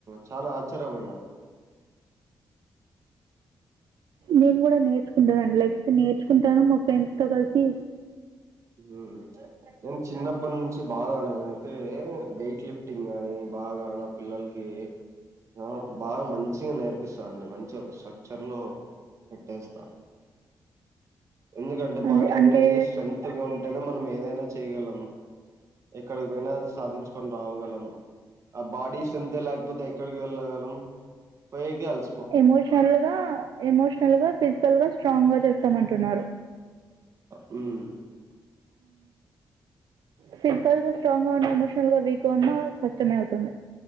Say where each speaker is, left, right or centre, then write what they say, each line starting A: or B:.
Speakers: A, on the right (about 40°); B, on the right (about 70°).
A: చానా ఆశ్చర్యపోయిన
B: నేను కూడా నేర్చుకుంటానన్ లే అయితే నేర్చుకుంటాను మా ఫ్రెండ్ ఫ్రెండ్స్ తోకల్సీ
A: హు నేను చిన్నప్పటినుంచి నుంచి బాగా నేను అయితే వెయిట్ లిఫ్టింగ్ కానీ బాగా నా పిల్లలకి ఆ బాగా మంచిగా నేర్పిస్త అండి మంచిగా ఒక స్ట్రక్చర్ లో పెట్టేస్తా ఎందుకంటే
B: అది
A: బాడీ
B: అంటే
A: అనేది స్ట్రెంత్ గా ఉంటేనే మనం ఏదైనా చేయగలం ఎక్కడకి పోయినా సాధించుకొని రావగలం ఆ బాడీస్ స్ట్రెంతే లేకపోతే ఎక్కడికి వెళ్ళగలం పోయకి వెళ్త
B: ఎమోషనల్ గ ఎమోషనల్ గా ఫిజికల్ గా స్ట్రాంగ్ గా చేస్తామ్ అంటున్నారు
A: హ్మ్
B: ఫిజికల్గా స్ట్రాంగ్ గా ఉన్నా ఎమోషనల్ గా వీక్గా ఉన్నా కష్టమే అవుతుంది